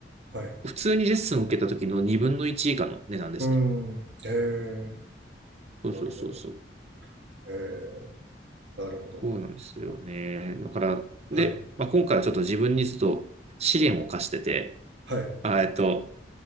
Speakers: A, on the right; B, on the right.
A: はい。
B: 普通にレッスンを受けた時の2分の1以下の値段ですね。
A: うん。えー
B: そうそうそうそう。
A: なるほど。ええなるほど。
B: そうなんですよね。だから、
A: はい。
B: で、まあ、今回はちょっと自分にちょっと試練を課してて、
A: はい。
B: あえっと、